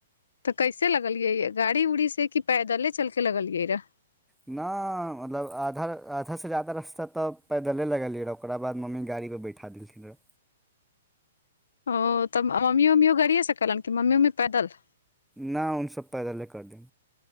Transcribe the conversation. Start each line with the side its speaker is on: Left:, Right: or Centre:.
Left: तऽ कैसे लगलियै य गाड़ी ऊड़ी से किपैदले चलके लगलियै रह
Centre: न मतलब आधा आधा से जा्यदा रास्ता तऽ पैदले लगलियै रह ओकरा बाद मम्मी गाड़ी परे बैठा देलथिन रह
Left: ओ तऽ मम्मी उम्मियो गड़ए सकलनि कि मम्मी उम्मी पैदल
Centre: न उ सभ पैदल ले कर दे